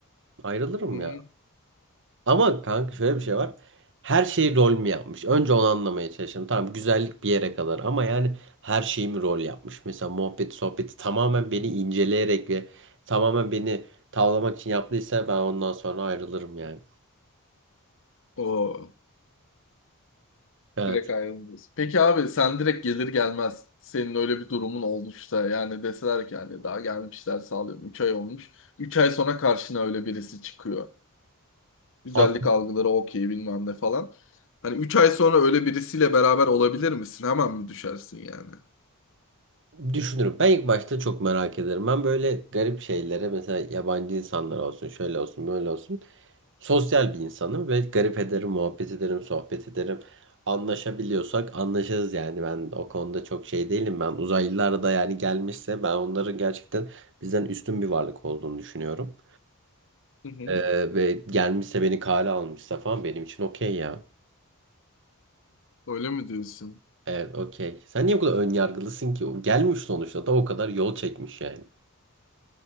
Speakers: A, on the right; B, on the left.
A: Ayrılırım
B: Hı
A: ya. Ama kanka şöyle bir
B: hı.
A: şey var. Her şeyi rol mü yapmış? Önce onu anlamaya çalıştım. Tamam güzellik bir yere kadar ama yani her şeyi mi rol yapmış? Mesela muhabbeti sohbeti tamamen beni inceleyerek ve tamamen beni tavlamak için yaptıysa ben ondan sonra ayrılırım yani.
B: O.
A: Evet.
B: Direkt ayrılmıyorsun. Peki abi sen direkt gelir gelmez senin öyle bir durumun olmuşsa yani deseler ki yani daha gelmişler sağlıyorum 3 ay olmuş. üç ay sonra karşına öyle birisi çıkıyor. Güzellik
A: Abi
B: algıları okey bilmem ne falan. Hani 3 ay sonra öyle birisiyle beraber olabilir misin? Hemen mi düşersin yani?
A: Düşünürüm. Ben ilk başta çok merak ederim. Ben böyle garip şeylere mesela yabancı insanlar olsun, şöyle olsun, böyle olsun. Sosyal bir insanım ve garip ederim, muhabbet ederim, sohbet ederim. Anlaşabiliyorsak anlaşırız yani. Ben o konuda çok şey değilim. Ben uzaylılar da yani gelmişse ben onların gerçekten bizden üstün bir varlık olduğunu düşünüyorum.
B: Hı hı.
A: Ee, ve gelmişse beni kale almışsa falan benim için okey ya.
B: Öyle mi diyorsun?
A: Evet okey. Sen niye bu kadar ön yargılısın ki? O Gelmiş sonuçta da o kadar yol çekmiş yani.